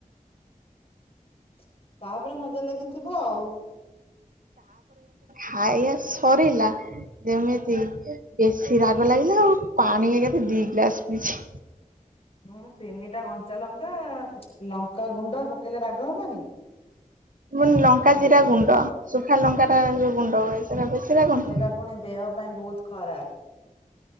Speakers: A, on the left; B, on the right.
A: <unintelligible> ତାପରେ ମଜା ଲାଗିଥିବ ଆଉ।
B: ଖାଇଆ ସରିଲା ଯେମିତି ଇସ ସି ରାଗ ଲାଗିଲା ଆଉ ପାଣି ଏକା ଥରେ ଦି ଗ୍ଲାସ ପିଇଛି।
A: ହଁ ତିନିଟା କଞ୍ଚା ଲଙ୍କା, ଲଙ୍କା ଗୁଣ୍ଡ ପକେଇଲେ ରାଗ ହବନି।
B: ହୁଁ ପୁନ ଲଙ୍କା
A: ଦେ
B: ଜିରା ଗୁଣ୍ଡ ଶୁଖା ଲଙ୍କା ର ଯୋଉ ଗୁଣ୍ଡ ହୁଏ ସେଟା ବେଶି ରାଗ
A: ସେଇଟା
B: ନୁହଁ।
A: ପୁଣି ଦେହ ପାଇଁ ବହୁତ ଖରାପ।